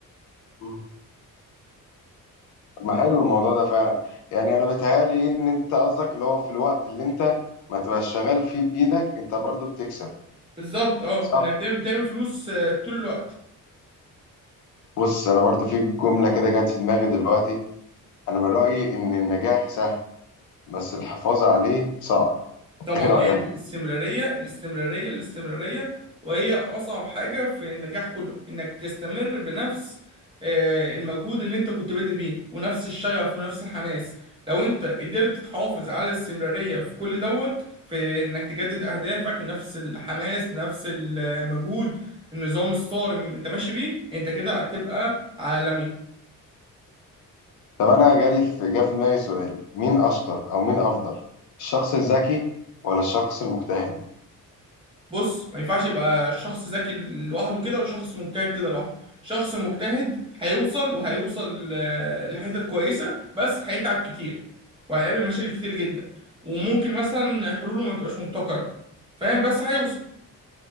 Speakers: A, on the left; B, on the right.
A: مم. طب ما حلو الموضوع ده فعلا يعني انا بيتهيألي إيه ان انت قصدك اللي هو في الوقت اللي انت ما تبقاش شغال فيه بايدك انت برضو بتكسب
B: بالظبط اه
A: صح
B: انك دايما بتعمل فلوس آه، طول الوقت
A: بص انا برضو في جمله كده جت في دماغي دلوقتي انا من رايي ان النجاح سهل بس الحفاظ عليه صعب <laughs>
B: طبعا
A: ايه رايك
B: هي الاستمرارية الاستمرارية الاستمرارية وهي أصعب حاجة في النجاح كله إنك تستمر بنفس آه، المجهود اللي أنت كنت بادئ بيه ونفس الشغف ونفس الحماس لو أنت قدرت تحافظ على الاستمرارية في كل دوت في إنك تجدد أهدافك نفس الحماس نفس المجهود النظام الصارم أنت ماشي بيه أنت كده هتبقى عالمي
A: طب انا جالي في جه في دماغي سؤال مين اشطر او مين افضل الشخص الذكي ولا الشخص المجتهد
B: بص ما ينفعش يبقى شخص ذكي لوحده كده وشخص مجتهد كده لوحده شخص مجتهد هيوصل وهيوصل آه، لحتت كويسة بس هيتعب كتير وهيقابل مشاكل كتير جدا وممكن مثلا حلوله ما تبقاش مبتكرة فاهم بس هيوصل